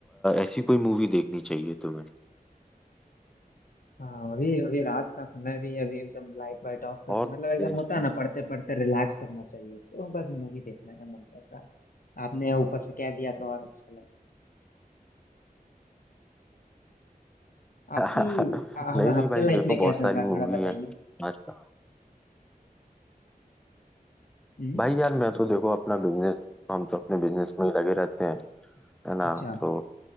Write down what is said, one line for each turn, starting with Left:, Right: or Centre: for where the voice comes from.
Centre: ऐसी कोई मूवी देखनी चाहिए तुम्हें
Left: हाँ अभी अभी रात का समय भी है, अभी एकदम लाइट वाइट ऑफ करके
Centre: और
Left: मतलब एकदम
Centre: <laughs>
Left: होता है ना पढ़ते पढ़ते रिलैक्स करना चाहिए तो बस मूवी देखने का मन कर रहा है आपने ऊपर से कह दिया तो और अच्छा आपकी
Centre: नहीं
Left: आप, आपके
Centre: नहीं भाई
Left: लाइफ
Centre: देखो
Left: में
Centre: बहुत
Left: क्या चल
Centre: सारी
Left: रहा है
Centre: मूवी
Left: थोड़ा बताइए
Centre: है आजकल
Left: हम्म
Centre: भाई यार मैं तो देखो अपना बिजनेस हम तो अपने बिजनेस में ही लगे रहते हैं है ना
Left: अच्छा
Centre: तो